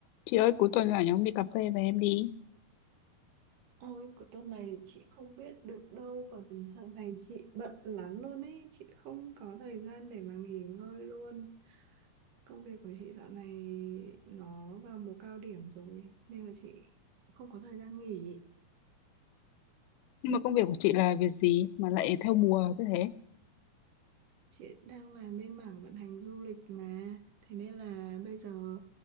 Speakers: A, on the left; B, on the right.
A: Chị ơi, cuối tuần rảnh ông đi cà phê với em đi.
B: Ôi, của tuần này thì chị không biết được đâu bởi vì sau này chị bận lắm luôn ấy, chị không có thời gian để mà nghỉ ngơi luôn. Công việc của chị dạo này nó vào mùa cao điểm rồi nên là chị không có thời gian nghỉ.
A: Nhưng mà công việc của chị là việc gì mà lại theo mùa thế thế?
B: Chị đang làm bên mảng vận hành du lịch mà Thế nên là bây giờ